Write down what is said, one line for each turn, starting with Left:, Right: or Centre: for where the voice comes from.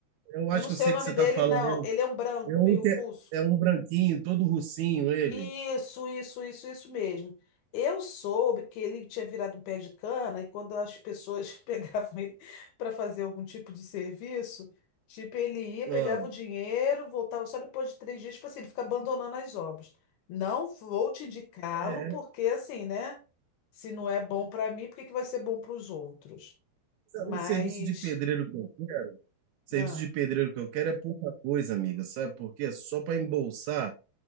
Right: Eu
Left: Eu
Right: acho
Left: não
Right: que
Left: sei
Right: eu sei
Left: o nome
Right: que você está
Left: dele,
Right: falando.
Left: não.
Right: É um,
Left: Ele é um branco,
Right: é um,
Left: meio
Right: que
Left: russo.
Right: é- é um branquinho, todo russinho ele.
Left: Isso, isso, isso, isso mesmo. Eu soube que ele tinha virado um pé de cana e quando as pessoas <laughs> pegavam ele para fazer algum tipo de serviço, tipo, ele ia,
Right: Ah,
Left: pegava o dinheiro, voltava só depois de três dias, tipo assim, ele fica abandonando as obras. Não vou te indicá-lo,
Right: é,
Left: porque
Right: é.
Left: assim, né? Se não é bom para mim, por que que vai ser bom para os outros? Mas.
Right: O serviço de pedreiro que eu quero, serviço
Left: Ah,
Right: de pedreiro que eu quero é pouca coisa, amiga. Sabe por quê? Só para embolsar